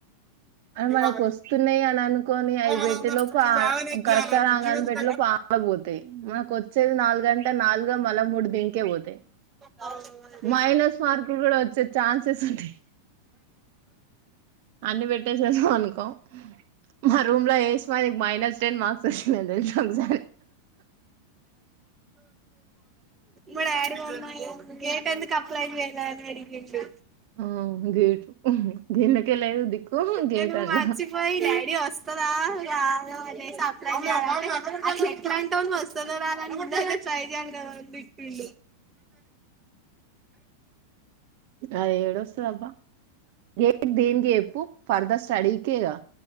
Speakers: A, on the right; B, on the right.
A: ఇవాళ
B: మనకు వస్తున్నాయి అని అనుకోని అవి
A: మన
B: బెట్టటిలో
A: ముందు
B: ఆ
A: ఆయనే చేయాలి
B: కరెక్టా రాంగా
A: నీవెంత
B: అని పెట్టెలోపు <unintelligible> పోతాయ్ మనకి వచ్చేదే నాలుగంటే నాలుగు ఇప్పుడు దింకే పోతాయి
A: ఆ, అది.
B: మైనస్ మార్కులు కూడా వచ్చే ఛాన్సెస్ ఉంటాయి అన్ని పెట్టసాను అనుక్ మా రూమ్ లో ఏస్ మాది మైనస్ టెన్ మార్స్ మార్క్స్ వచ్చినాయి తెలుసా ఒకసారే
A: మా డాడీ మొన్న గేట్ ఎందుకు అప్లై చెయ్లా అని అడిగిండు
B: ఆ గేటు దిన్లకే లేదు దిక్కు గేట్
A: నేను
B: అంట
A: మర్చిపోయి డాడీ వస్ వస్తదా రాదో అనేసి అప్లై చెయ్లా అట్ల ఎట్లంటావ్ నువు అస్సలు వస్తదా రాదా అని ట్రై చేయాలి కదా అని తిట్టిండు
B: అది ఏదోస్థదబ్బా గేట్ దేనికి చూపు ఫర్దర్ స్టడీకెగా